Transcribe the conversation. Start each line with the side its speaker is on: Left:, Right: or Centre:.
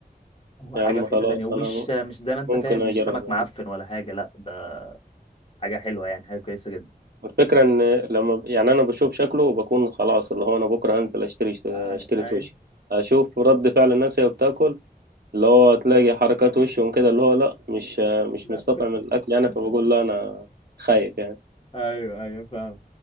Left: هو
Right: يا
Left: حاجه
Right: عم
Left: في
Right: خلاص
Left: حته تانية ومش
Right: أنا
Left: مش زي ما انت
Right: ممكن
Left: فاهم مش
Right: اجرب
Left: سمك
Right: يعني
Left: معفن ولا حاجه لا ده حاجه حلوه يعني حاجه كويسه جدا
Right: الفكره ان لما يعني انا بشوف شكله وبكون خلاص اللي هو انا بكره هنزل اشتري اشتري
Left: اي اي
Right: سوشي اشوف رد فعل الناس وهي بتاكل اللي هو تلاقي حركات وشهم كده اللي هو لا مش مش
Left: لا
Right: مستطعم الاكل يعني فبقول لا انا خايف
Left: <laughs>
Right: يعني
Left: ايوه ايوه فاهم